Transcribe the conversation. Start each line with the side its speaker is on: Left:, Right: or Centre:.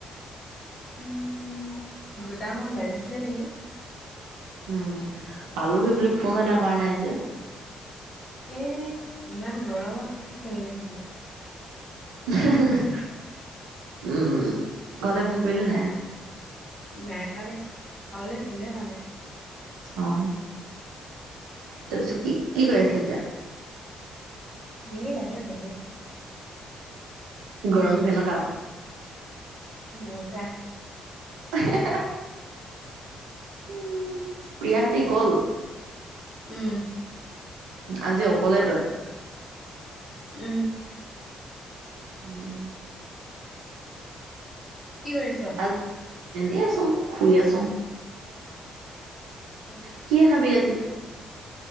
Left: উম দুটামান বাজিছিলে নেকি?
Right: উম পালোহি বুলি ফনো এটা কৰা নাই যে।
Left: এই ইমান গৰমত কি ফোন কৰি থাকিবি।
Right: ওহহহহ উমমম <unintelligible> ঘৰলৈ ফোন কৰিলি নাই?
Left: নাই কৱা দেই কাওলে ফুনে কৱা নাই।
Right: অ হহ তা পিছত কি কি কৰি আছিলি এতিয়া?
Left: এনেই বাহিয়ত বহি আছোঁং।
Right: গৰম কেনকা?
Left: মজাহ।
Right: এ হে হে আহে। উ প্ৰিয়াহেতি গ'ল?
Left: উমহ।
Right: আজি অকলে তই?
Left: উমহ।
Right: উম।
Left: কি কৰিছ?
Right: আজ এনেই আছোঁং শুই আছোঁং।
Left: অ
Right: কি হে খাবি আজি?